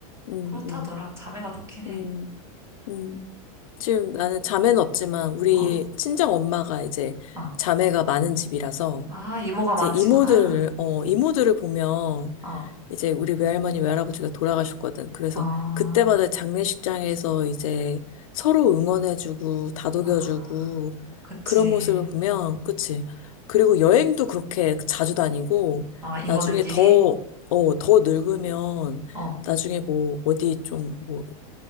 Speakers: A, on the left (about 70°); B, on the right (about 15°).
A: 음,
B: 그렇다더라.
A: 음,
B: 자매가 좋긴 해.
A: 음, 음. 지금 나는 자매는 없지만, 우리
B: 어,
A: 친정 엄마가 이제
B: 어.
A: 자매가 많은 집이라서,
B: 아, 이모가 많으시구나.
A: 이제 이모들, 어, 이모들을 보면,
B: 어,
A: 이제 우리 외할머니, 외할아버지가 돌아가셨거든. 그래서
B: 어,
A: 그때마다 장례식장에서 이제 서로 응원해주고 다독여주고
B: 아, 그치.
A: 그런 모습을 보면, 그치? 그리고 여행도 그렇게 자주 다니고
B: 아, 이모들끼리?
A: 나중에 더, 어, 더 늙으면
B: 어,
A: 나중에 뭐 어디 좀 뭐,